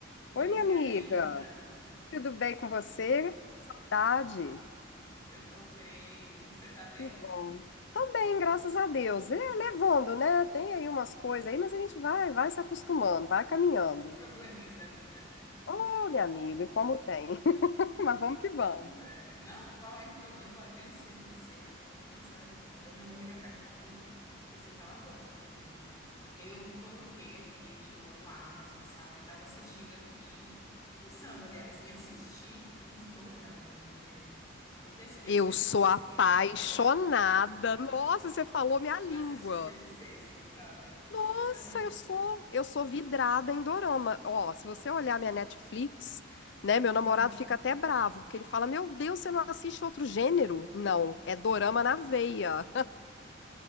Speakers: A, on the left; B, on the left.
A: E
B: Oi,
A: aí,
B: minha
A: Karina?
B: amiga, tudo bem com você? Saudade.
A: Eu tô bem. Você tá bem?
B: Que bom. Tô bem, graças a Deus. É, levando, né? Tem aí umas coisas aí, mas a gente vai, vai se acostumando, vai caminhando.
A: Os probleminhas da vida, né?
B: Ô, minha amiga, e como tem? <laughs> Mas vamos que vamos.
A: É, não falar em problemas. Olha, eu não sei você, mas eu tava pensando aqui, né? Falei, não, vou ligar pra Karina, porque eu sei que ela gosta, menina. Eu coloquei aqui de novo a Amazon, sabe? Tava assistindo aqui, pensando, aliás, em assistir uns doramas, mulher. Porque assim, eu
B: Eu
A: não sei
B: sou
A: você,
B: apaixonada.
A: eu adoro
B: Nossa, você falou
A: <laughs>
B: minha língua.
A: assistir dia de sexta, sabe? Sexta-noite.
B: Nossa, eu sou, eu sou vidrada em dorama. Ó, se você olhar minha Netflix, né, meu
A: Uhum.
B: namorado fica até bravo, porque ele fala: "Meu Deus, você não assiste outro gênero?" Não, é dorama
A: Sim.
B: na veia.